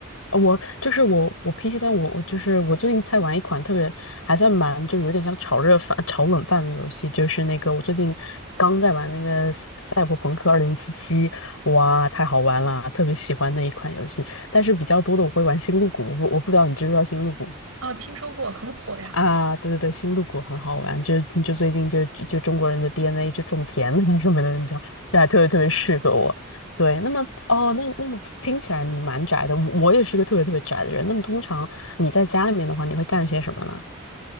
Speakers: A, on the left; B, on the right.
A: 呃我就是我，我 PC 端我我就是我最近在玩一款特别还算蛮就有点像炒热饭、炒冷饭的游戏，就是那个我最近刚在玩那个赛《赛博朋克二零七七》，哇，太好玩了，特别喜欢那一款游戏。但是比较多的我会玩《星露谷》，我不我不知道你知不知道《星露谷》
B: 啊，听说过，很火呀。
A: 啊，对对对，星露谷很好玩，就就最近就就中国人的 DNA 就种田啊什么的，你知道，这还特别特别适合我。对，那么哦，那那么听起来你蛮宅的，我我也是个特别特别宅的人。那么通常你在家里面的话，你会干些什么呢？